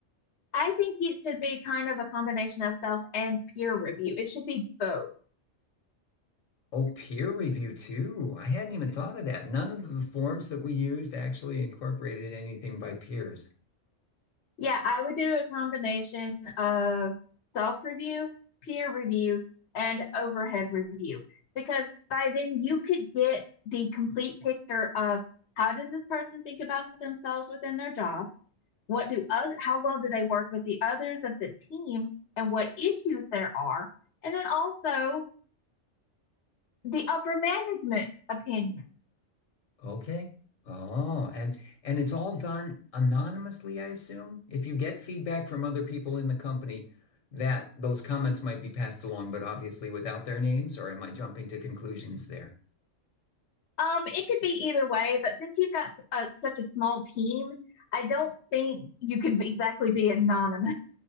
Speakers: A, on the left (about 60°); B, on the left (about 75°).
A: I think it should be kind of a combination of self and peer review. It should be both.
B: Oh, peer review too. I hadn't even thought of that. None of the forms that we used actually incorporated anything by peers.
A: Yeah, I would do a combination of self-review, peer review, and overhead review because by then you could get the complete picture of how does this person think about themselves within their job? What do other, how well do they work with the others of the team and what issues there are? And then also the upper management opinion.
B: Okay. Oh, and and it's all done anonymously, I assume. If you get feedback from other people in the company, that those comments might be passed along, but obviously without their names, or am I jumping to conclusions there?
A: Um, it could be either way, but since you've got s- uh, such a small team, I don't think you could exactly be anonymous.